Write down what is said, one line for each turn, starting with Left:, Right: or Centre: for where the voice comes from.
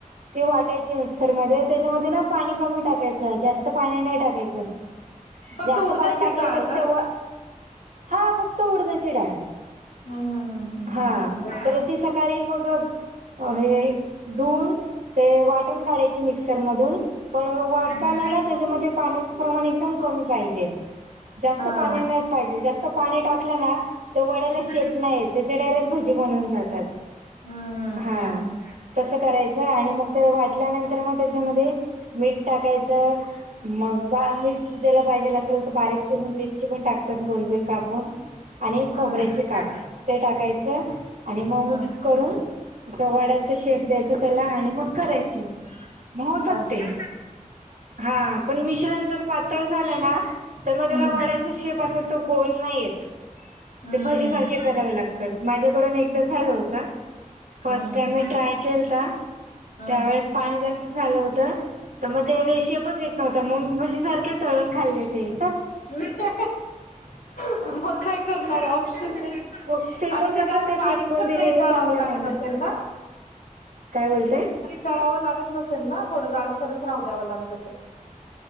Right: तेी वाटायची मिक्सरमध्येध्ये त्याच्यामध्ये ना पाणी कमी टाकायचं जास्त पाणी नाही टाकायचं
Left: फक्त
Right: जास्त
Left: उडदाचीच
Right: पाणी टाकलं
Left: डाळ
Right: तर
Left: का
Right: तेव्हा हा फक्त उडदा चिडा
Left: हम्म हम्म हम्म
Right: हा
Left: हम्म हम्म बरं.
Right: तर ते स सकाळी मग हे दोन ते वाटून काढायची मिक्सरमधून पण वाढताना
Left: हम्म.
Right: ना त्याच्यामध्ये पाण्याचं प्रमाण एकदम कमी पाहिजे जास्त
Left: हा.
Right: पाणी नाही पाहिजे जास्त पाणी टाकलं ना तर वड्याला
Left: हम्म.
Right: शेप नाही त्याचे डायरेक्ट भजी बनवून जातात
Left: हम्म हम्म
Right: हा
Left: हम्म
Right: तसं करायचं आणि मग ते वाटल्यानंतर मग त्याच्यामध्ये मीठ टाकायचं मग बा मिरची जला पाहिजेला असेल तर बारीक चिरून मिरची पण टाकते त गोल गोल कापून आणि खोबऱ्याचे
Left: हम्म हम्म.
Right: काप ते टाकायचं आणि मग
Left: हम्म.
Right: मिक्स करून असं वड्याचा शेप द्यायचा त्याला आणि मग करायचे होतच
Left: अच्छा
Right: ते हा पण मिश्रण जर झालं ना तर मग त्याला
Left: हम्म.
Right: वड्याचा शेप असे तो गोल नाही येत
Left: हम्म.
Right: ते भजीसारखे कराव लागतात माझ्याकडून एकदा झालं होतं फर्स्ट
Left: हम्म.
Right: टाइम मी ट्राय केलता
Left: हम्म.
Right: त्यावेेळेस पाणी जास्त झालं होत तर मग ते वेशीिपच येत नव्हतां मग म्हझी सारखे तळून खाल्लेचे
Left: नाही त्या
Right: <inaudible>
Left: मग काय करणार आहे ऑप्शन नाही
Right: मग फेकून
Left: आणि ते
Right: कसं
Left: जास्त बारीक
Right: फेकून
Left: पण
Right: दिलेलं
Left: नाही तळावं
Right: चांगलं
Left: लागत
Right: नाही
Left: असेल ना ह
Right: काय बोलतय
Left: तळावं लागत नसेल ना थोडं जाडसरच राहू द्यावं लागत असेल